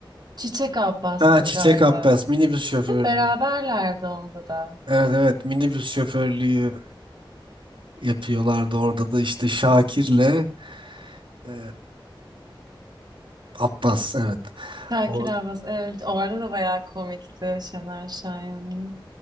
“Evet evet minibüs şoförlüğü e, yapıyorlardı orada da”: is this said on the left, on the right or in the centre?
Right